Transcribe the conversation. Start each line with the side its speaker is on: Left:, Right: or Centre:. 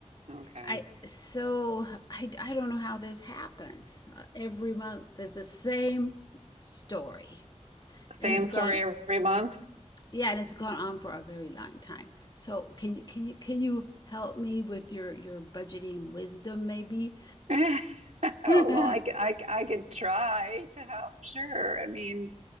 Right: okay.
Left: I so I, I don't know how this happens. Uh, every month there's the same story and
Right: Same
Left: it's gone
Right: story every month.
Left: yeah, and it's gone on for a very long time. So can you can you can you help me with your your budgeting wisdom maybe?
Right: <laughs> Oh,
Left: <laughs>
Right: well, I, c- I, c- I could try to help. Sure. I mean,